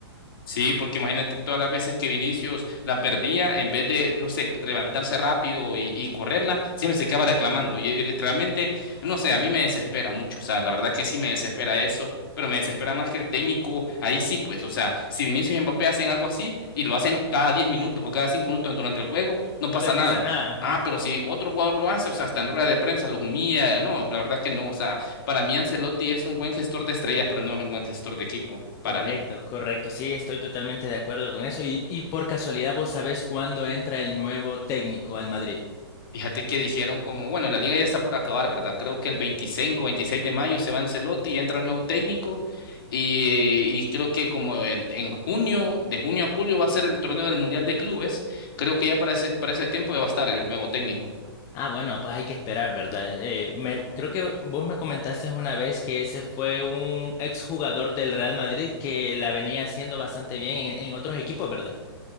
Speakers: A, on the left; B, on the left.
A: Sí, porque imagínate todas las veces que Vinicius la perdía, en vez de, no sé, levantarse rápido y, y correrla, siempre se acaba reclamando. Y, eh, literalmente, no sé, a mí me desespera mucho. O sea, la verdad que sí me desespera eso, pero me desespera más que el técnico. Ahí sí, pues, o sea, si Vinicius y Mbappé hacen algo así y lo hacen cada 10 minutos o cada 5 minutos durante el juego, no
B: No
A: pasa
B: les
A: nada.
B: dice nada, ajá.
A: Ah, pero si otro jugador lo hace, o sea, hasta en rueda de prensa los humilla. No, la verdad que no. O sea, para mí Ancelotti es un buen gestor de estrellas, pero no es un buen gestor de equipo,
B: Correcto,
A: para mí.
B: correcto. Sí, estoy totalmente de acuerdo con eso. Y, y por casualidad, ¿vos sabés cuándo entra el nuevo técnico al Madrid?
A: Fíjate que dijeron como, bueno, la liga ya está por acabar, ¿verdad? Creo que el 25 26 de mayo se va Ancelotti y entra el nuevo técnico y, y creo que como el, en junio, de junio a julio va a ser el torneo del Mundial de Clubes, creo que ya para ese, para ese tiempo ya va a estar el nuevo técnico.
B: Ah, bueno, pues hay que esperar, ¿verdad? Eh, me, creo que vos me comentaste una vez que ese fue un exjugador del Real Madrid que la venía haciendo bastante bien en, en otros equipos, ¿verdad?